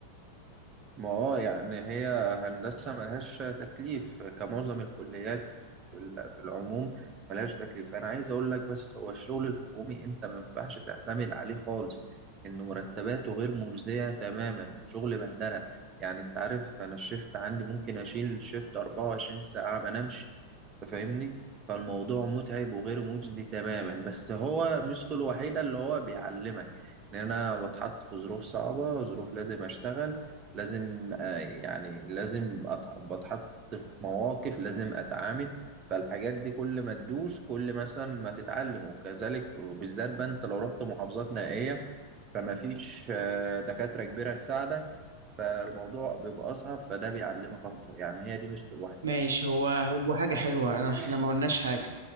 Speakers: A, on the right (about 30°); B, on the right (about 70°).
A: ما هو يعني هي هندسة ملهاش تكليف كمعظم الكليات في ال- في العموم ملهاش تكليف أنا عايز أقول لك بس هو الشغل الحكومي أنت ما ينفعش تعتمد عليه خالص إن مرتباته غير مجزية تماما شغل بهدلة يعني أنت عارف أنا الشيفت عندي ممكن أشيل شيفت 24 ساعة ما نمشي أنت فاهمني فالموضوع متعب وغير مجزي تماما بس هو ميزته الوحيدة اللي هو بيعلمك إن أنا بتحط في ظروف صعبة ظروف لازم أشتغل لازم آه، يعني لازم أتح- بتحط في مواقف لازم اتعامل فالحاجات دي كل ما تدوس كل مثلا ما تتعلم وكذلك وبالذات بقى انت لو رحت محافظات نائية فما فيش آه، دكاترة كبيرة تساعدك فالموضوع بيبقى اصعب فده بيعلمك اكتر يعني هي دي ميزته
B: ماشي هو هو حاجة حلوة
A: الوحيدة
B: أنا إحنا ما قلناش حاجة